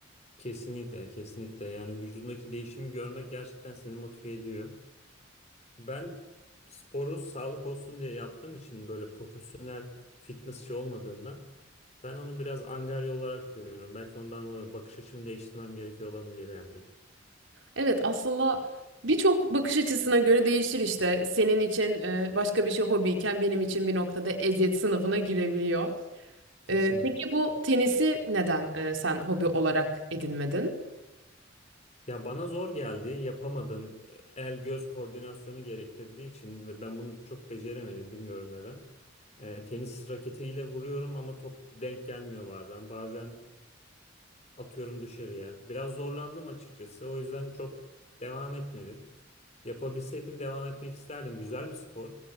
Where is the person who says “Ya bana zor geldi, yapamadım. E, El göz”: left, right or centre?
Left